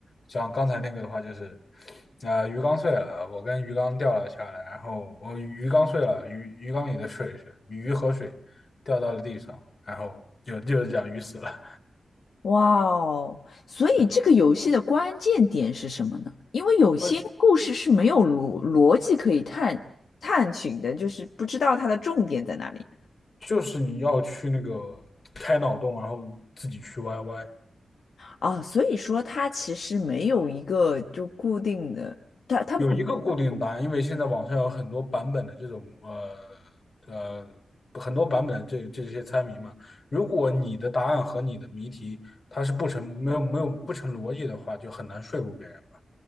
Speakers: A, on the left; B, on the left.
A: 像刚才那个的话就是，啊、鱼缸碎了，我跟鱼缸掉了下来，然后我鱼缸碎了，鱼鱼缸里的水是鱼和水掉到了地上，然后就就是讲鱼死了，
B: 哇哦！所以这个游戏的关键点是什么呢？因为有些故事是没有逻逻辑可以探探寻的，
A: <laughs> 呃，
B: 就是不知道它的重点在哪里
A: 就是你要去那个开脑洞，然后自己去歪歪。
B: 啊。所以说，它其实没有一个就固定的，它它，
A: 有一个固定答案，因为现在网上有很多版本的这种呃呃很多版本的这这些猜谜嘛。如果你的答案和你的谜题它是不成没有没有不成逻辑的话，就很难说服别人吧。